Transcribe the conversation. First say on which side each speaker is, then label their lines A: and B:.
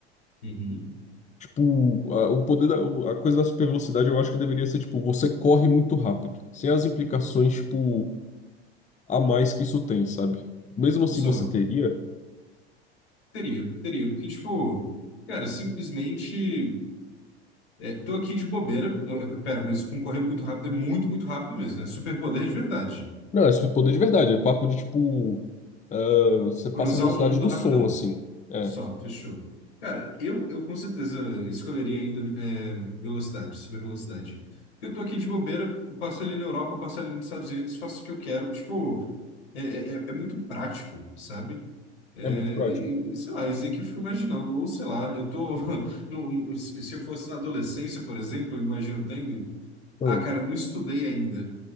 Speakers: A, on the left (about 75°); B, on the left (about 20°).
A: Uhum.
B: Tipo, a, o poder da, o- a coisa da super velocidade eu acho que deveria ser, tipo, você corre muito rápido, sem as implicações, tipo, a mais que isso tem, sabe? Mesmo assim
A: Só.
B: você teria.
A: Teria, teria, porque, tipo, cara, simplesmente. é, tô aqui de bobeira. Eh, Pera, mas concorrer muito rápido é muito, muito rápido mesmo. É superpoder de verdade.
B: Não, é super poder de verdade, é papo de, tipo, ah, você
A: Cruzar
B: passa a velocidade
A: o mundo
B: do
A: rapidão.
B: som, assim. é.
A: Só, fechou. Cara, eu, eu com certeza escolheria ainda é, velocidade, super velocidade. Eu tô aqui de bobeira, passo ali na Europa, passo ali nos Estados Unidos, faço o que eu quero. Tipo, é, é, é é muito prático, sabe? É,
B: É muito prático.
A: e, e, sei lá, isso aí que eu fico imaginando, ou sei lá, eu tô. <laughs> no- no- se se eu fosse na adolescência, por exemplo, eu imagino tendo.
B: Ah.
A: Ah, cara, não estudei ainda.